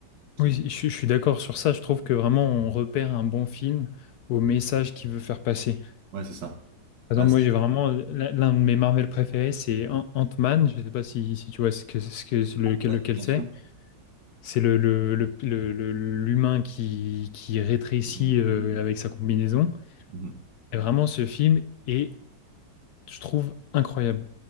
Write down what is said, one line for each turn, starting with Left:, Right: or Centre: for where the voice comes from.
Right: Qui...
Left: Oui, je, suis je suis d'accord sur ça. Je trouve que vraiment on repère un bon film au message qu'il veut faire passer.
Right: Ouais, c'est ça.
Left: Par
Right: Bah,
Left: exemple,
Right: si.
Left: moi j'ai vraiment l'un l'un de mes Marvel préférés, c'est An- Ant-Man. Je sais pas si, si tu vois ce que, ce que- lequel,
Right: Ouais,
Left: lequel
Right: bien
Left: c'est.
Right: sûr.
Left: C'est le, le, le- le- le- l'humain qui, qui rétrécit
Right: C'est une fourmi,
Left: euh,
Right: ouais.
Left: avec sa combinaison.
Right: Mhm.
Left: Et vraiment, ce film est, je trouve, incroyable.